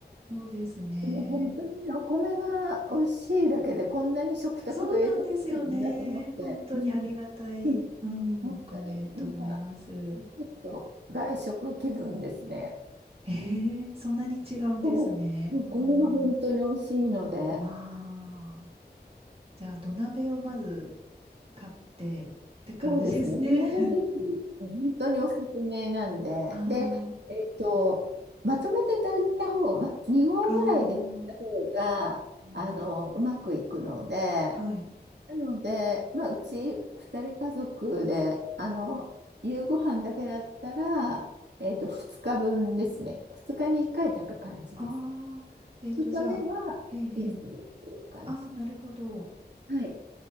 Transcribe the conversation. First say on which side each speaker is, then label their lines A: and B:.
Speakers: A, on the right; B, on the right.
A: そうですね。
B: でも本当にねお米が美味しいだけでこんなに食卓が豊かになるんだと思って、
A: そうなんですよね。本当にありがたい、
B: うん、うん
A: うん、
B: 本当になんか
A: お米と思います。
B: ちょっと外食気分ですね。
A: ええ、そんなに違うんですね。
B: お米、お米が本当に美味しいので、
A: うーん。まあ、じゃあ土鍋をまず買ってって感じですね。
B: そうですね。それでぜひ、本当におすすめなんで。
A: <laughs> あ
B: で、えっと、まとめて炊いた方、ま、2合ぐらいで炊いた方が、
A: あ、ああ、うん。
B: あの、うまくいくので、
A: はい。
B: なので、まあ、うち2人家族で、あの、夕ご飯だけだったら、えっと、2日分ですね。2日に1回炊く感じです。
A: ああ、えっと、
B: 2日目はチンするっていう感じ。
A: じゃあ、ええ、ええ。ああ、なるほど。
B: はい。